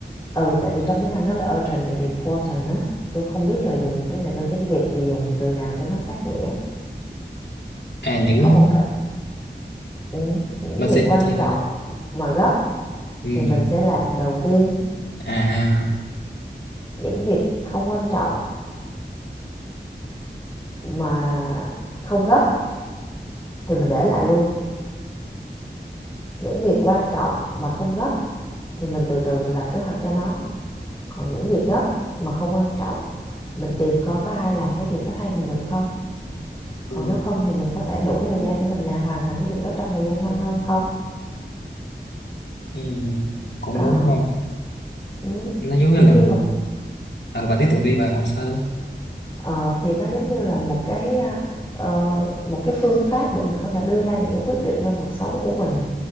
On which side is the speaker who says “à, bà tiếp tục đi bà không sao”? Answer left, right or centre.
Left